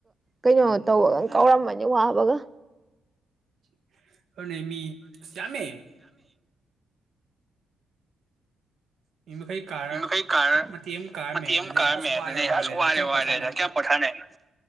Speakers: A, on the right (about 20°); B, on the right (about 60°).
A: ꯀꯩꯅꯣ
B: ꯎꯝ
A: ꯇꯧ ꯀꯥꯎꯔꯝꯃ ꯋꯥꯕꯒ
B: <inaudible> ꯑꯣꯗꯨꯅꯦ ꯃꯤ ꯌꯥꯝꯃꯦ ꯃꯤ ꯃꯈꯩ ꯀꯥꯔ
A: ꯃꯤ ꯃꯈꯩ ꯀꯥꯔ
B: ꯃꯇꯦꯛ ꯑꯃ ꯀꯥꯔꯝꯃꯦ
A: ꯃꯇꯦꯛ
B: ꯑꯗꯨꯗꯤ
A: ꯑꯃ ꯀꯥꯔꯝꯃꯦ
B: ꯑꯁ ꯋꯥꯔꯦ
A: ꯑꯗꯨꯗꯩ
B: ꯋꯥꯔꯦꯗ
A: ꯑꯁ ꯋꯥꯔꯦ
B: ꯀꯌꯥꯝ
A: ꯋꯥꯔꯦꯗ
B: ꯄꯣꯊꯥꯅꯩ
A: ꯀꯌꯥꯝ ꯄꯣꯊꯥꯅꯩ